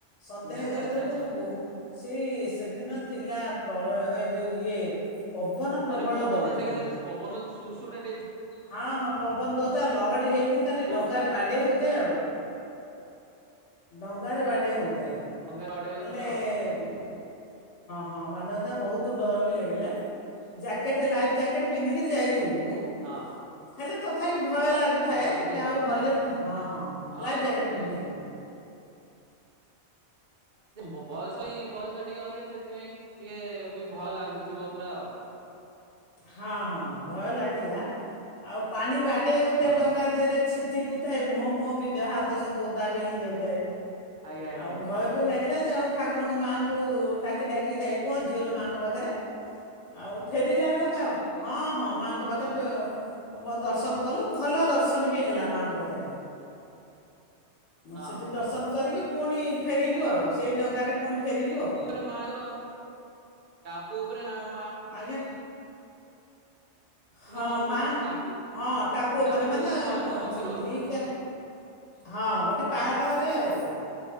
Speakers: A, on the left (about 85°); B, on the right (about 50°).
A: ସନ୍ଧ୍ୟା ହେଇଗଲା
B: ହେଲା ଆଚ୍ଛା
A: ଯେଉଠୁ-ଉ
B: ଆଚ୍ଛା
A: ସେଇ-ଇ-ଇ ସେଦିନ ଥିଲା ପ୍ରଳୟ ଏ ଯେଉଁ ଇଏ-ଏ ପବନ ପ୍ରବଳ
B: ମାନେ ପବନ
A: ଦଉଥିଲା।
B: ଟିକେ ପବନ ଯୋଉ ସୁ ସୁ ଟା ଟିକେ
A: ହଁ ହଁ ପବନ ଦେଉଥିଲା ଲହ- ହେଇ ହେଇ ଖାଲି
B: ଜୋର
A: ଡଙ୍ଗାରେ
B: ଥିଲା
A: ବାଡେଇ ହଉ ଏ ଆଉ, ଡଙ୍ଗାରେ ବାଡ଼େଇ ହଉ ଉ ଥାଏ
B: ଡଙ୍ଗାରେ ବାଡେଇ ହଉଥିଲା
A: ହେଲେ-ଏ-ଏ
B: ଆଉ
A: ହଁ। ହଁ ବାଣ୍ଡତା ବହୁତ ଡର ବି ଲାଗିଲା। ଜ୍ୟାକେଟ
B: ଆଜ୍ଞା
A: ଲାଇଫ୍ ଜ୍ୟାକେଟ ପିନ୍ଧିକରି ଯାଇଥିଲୁ।
B: ହଁ
A: ଖାଲି ତଥାପ ଭ ଭୟ ଲାଗୁଥାଏ
B: ହଁ ଜ୍ୟାକେଟ ଯାଇଥିଲା
A: ଯାହା ହେଉ ଭଲରେ
B: ନା
A: ଭଲ ହଁ
B: ହଁ
A: ଲାଇଫ୍ ଜ୍ୟାକେଟ ପିନ୍ଧ ଥିଲା
B: ବ ବୟସ ବି ବୟସ ଟିକେ ଅ ଇଏ ସେଥିପାଇଁ ଟିକେ-ଏ-ଏ ବି ଭୟ ଲାଗୁଥିବ ପୁରା ଆଉ।
A: ହଁ ହଁ ଭୟ ଲାଗିଲା ଆଉ ପାଣି ବା। ହଉ
B: ହଁ
A: ଡାହରେ ଚକୁଥାଏ ମୁହଁ ଫୁହଁ ବି ଦେହ ହାତ ସବୁ ଓଦା ବି ହେଇଯାଉଥାଏ।
B: ଆଜ୍ଞା ଆଜ୍ଞା
A: ଆଉ
B: ଆଜ୍ଞା
A: ଭୟ ବି ଲାଗିଲା ଯେ ଆଉ। ଠାକୁରଙ୍କ ମାଆଙ୍କୁ ଡାକି ଡାକି ଯାଇ ପହଞ୍ଚିଗଲୁ ମାଆଙ୍କ ପାଖରେ ଆଉ ଫେରିଲା ବେଳକୁ ହଁ। ହଁ ମାଙ୍କ ପାଖରେ
B: ହଁ
A: ଦର୍ଶନ କଲୁ ଭଲ ଦର୍ଶନ ବି ହେଲା ମାଆଙ୍କ ପାଖରେ।
B: ହଁ
A: ସେଠି ଦର୍ଶନ କରିକି? ପୁଣି ଫେରିଲୁ ଆଉ ସେଇ ଡଙ୍ଗାରେ ପୁଣି ଫେରିଲୁ ଆଉ
B: ପୁରେ ମପୁ <inaudible>
A: ଆଜ୍ଞା। ହଁ
B: ମନ୍ଦିର
A: ମା
B: ପୁରା ଟାପୁ
A: ହଁ ଟାପୁଅ ଉପରେ
B: ଟାପୁ
A: ମାନେ
B: ମାଙ୍କ
A: ଅଛି
B: ମନ୍ଦିର
A: ଲିକ୍ ହଁ ଗୋଟେ ପାହାଡ଼ରେ ଆଉ